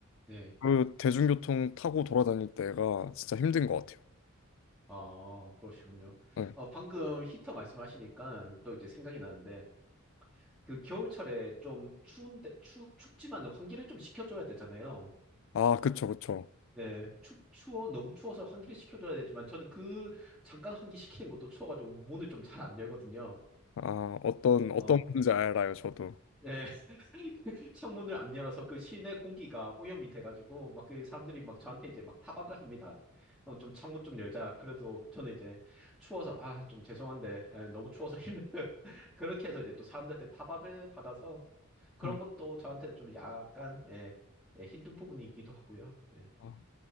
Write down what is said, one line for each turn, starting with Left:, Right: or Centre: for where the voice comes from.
Centre: 네.
Left: 그 대중교통 타고 돌아다닐 때가 진짜 힘든 것 같아요.
Centre: 아, 그러시군요.
Left: 네.
Centre: 어, 방금 히터 말씀하시니까 또 이제 생각이 나는데 그 겨울철에 좀 추운데 추 춥지만 환기를 좀 시켜줘야 되잖아요.
Left: 아 그쵸 그쵸.
Centre: 네, 추, 추워, 너무 추워서 환기를 시켜줘야 되지만, 저는 그, 잠깐 환기 시키는 것도 추워가지고, 문을 좀 잘 안 열거든요.
Left: 아 어떤 어떤
Centre: 어,
Left: 건지 알아요 저도.
Centre: 네. <laughs> 창문을 안 열어서 그 실내 공기가 오염이 돼가지고, 막 그 사람들이 막 저한테 이제 막 타박을 합니다. 어, 좀 창문 좀 열자. 그래도 저는 이제 추워서, 아, 좀 죄송한데, 예, 너무 추워서 <laughs> 힘들어요. 그렇게 해서 이제 또 사람들한테 타박을 받아서, 그런
Left: 네. 아,
Centre: 것도 저한테 좀 약간, 예, 예, 힘든 부분이기도 하고요. 예,
Left: 아.